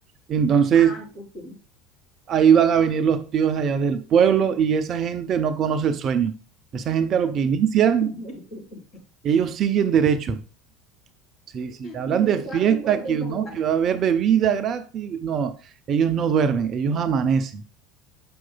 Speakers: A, on the right; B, on the left.
A: Entonces,
B: Ah, sí, sí.
A: ahí van a venir los tíos allá del pueblo y esa gente no conoce el sueño. Esa gente a lo que inician,
B: <laughs>
A: ellos siguen derecho. Sí, sí, te hablan
B: No
A: de fiesta,
B: saben cuándo
A: que
B: parar.
A: no, que va a haber bebida gratis. No, ellos no duermen, ellos amanecen.